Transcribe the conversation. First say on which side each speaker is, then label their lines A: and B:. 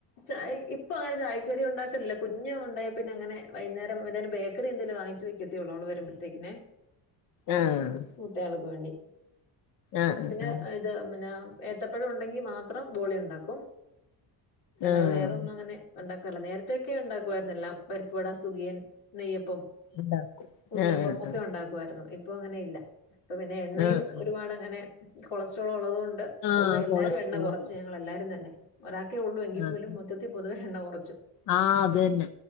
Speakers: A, on the left; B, on the left.
A: ചായ് ഇപ്പൊ അങ്ങെനെ ചായ്ക്കടി ഉണ്ടാക്കലില്ല കുഞ്ഞ് ഉണ്ടായെ പിന്നങ്ങനെ വൈന്നേരം എന്തായാലും ബേക്കറി എന്തേലും വാങ്ങിച്ച് വെക് ക്കത്തേ ഒള്ളു അവെള് വര്മ്പത്തേക്ക്നേ
B: ആഹ്
A: മൂത്തയാൾക്ക് വേണ്ടി
B: ആഹ്
A: പിന്നെ
B: ആഹ്
A: ഇത് പിന്നാ ഏത്തപ്പഴം ഉണ്ടെങ്കി മാത്രം ബോളി ഉണ്ടാക്കും അല്ലാതെ
B: ആഹ്
A: വേറൊന്നും അങ്ങെനെ ഉണ്ടാക്കാറ്ല്ല നേരെത്തെയെക്കെ ഉണ്ടാക്കുവായ്ര്ന്ന് എല്ലാം പരിപ്പുവട സുഖിയൻ നെയ്യപ്പം
B: ഉണ്ടാക്കും
A: ഉണ്ണിയപ്പം
B: ആഹ് ആഹ്
A: ഒക്കെ ഉണ്ടാക്കുവായ്ര്ന്നു ഇപ്പൊ അങ്ങെനെ ഇല്ലാ അപ്പൊ പിന്നെ എണ്ണെയും
B: ആഹ്
A: ഒരുപാട് അങ്ങെനെ കൊളസ്ട്രോളൊള്ളെത് കൊണ്ട്
B: ആഹ്
A: പൊതുവെ എല്ലാരും
B: കൊളസ്ട്രോൾ
A: എണ്ണ കാെറച്ച്
B: അല്ലേ
A: ഞങ്ങള് എല്ലാരും തന്നെ ഒരാക്കെ ഒള്ളൂ എങ്കി
B: ആഹ്
A: പോലും മൊത്ത പൊതുവേ എണ്ണ കാെറച്ചു
B: ആഹ് അത് തന്നെ